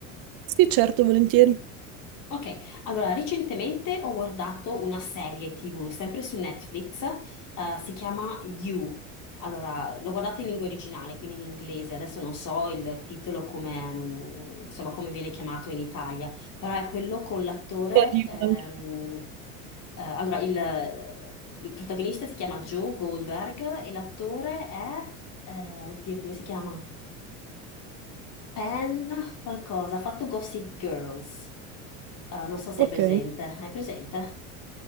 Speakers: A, on the right; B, on the left.
A: Sì, certo, volentieri.
B: Ok, allora recentemente ho guardato una serie TV sempre su Netflix, eh, si chiama You. Allora, l'ho guardata in lingua originale, quindi in inglese, adesso non so il titolo come, mm, insomma, come viene chiamato in Italia, però è quello con l'attore,
A: Ti addio
B: ehm,
A: anche.
B: eh, allora il, il protagonista si chiama Joe Goldberg e l'attore è, eh, oddio, come si chiama? Pen, qualcosa, ha fatto Gossip Girls. Ah, non so se
A: Ok,
B: hai presente. Hai presente?